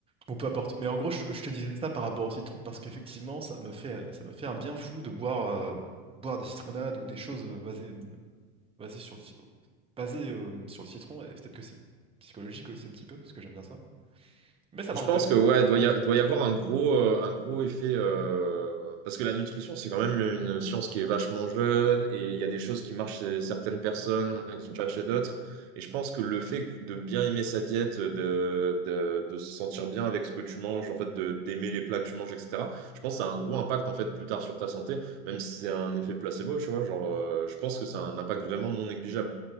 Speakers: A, on the right; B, on the right.
A: Bon, peu importe. Mais en gros, je, je te disais ça par rapport au citron parce qu'effectivement, ça me fait, ça me fait un bien fou de boire, euh, boire des citronnades ou des choses euh, basées, euh, basées sur le, ci- basées, euh, sur le citron. Et peut-être que c'est psychologique aussi un petit peu, parce que j'aime bien ça. Mais ça
B: Je
A: marche
B: pense
A: bien.
B: que ouais, doit y a- doit y avoir un gros, euh, un gros effet euh, parce que la nutrition, c'est quand même une science qui est vachement jeune et il y a des choses qui marchent chez certaines personnes, hein, qui marchent pas chez d'autres. Et je pense que le fait de bien aimer sa diète, de, de, de se sentir bien avec ce que tu manges, en fait, de d'aimer les plats que tu manges, etc. Je pense que ça a un gros impact en fait plus tard sur ta santé, même si c'est un effet placebo, tu vois. Genre, euh, je pense que ça a un impact vraiment non négligeable